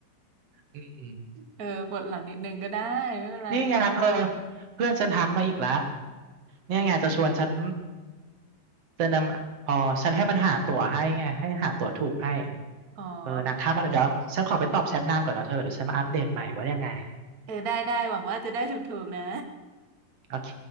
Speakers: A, on the right; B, on the right.
A: อืม
B: เออปวดหลังนิดนึงก็ได้ไม่เป็นไร
A: นี่ไงเพอเพื่อนฉันทักมาอีกแล้วเนี่ยไงจะชวนฉันจะนำอ๋อฉันให้มันหาตั๋วให้ไงให้หาตั๋วถูกให้
B: อ๋อ
A: เออนางทักมาเดี๋ยวฉันขอไปตอบแชทนางก่อนนะเธอเดี๋ยวฉันมาอัปเดตใหม่ว่ายังไง
B: เออได้ได้หวังว่าจะได้ถูกๆนะ
A: โอเค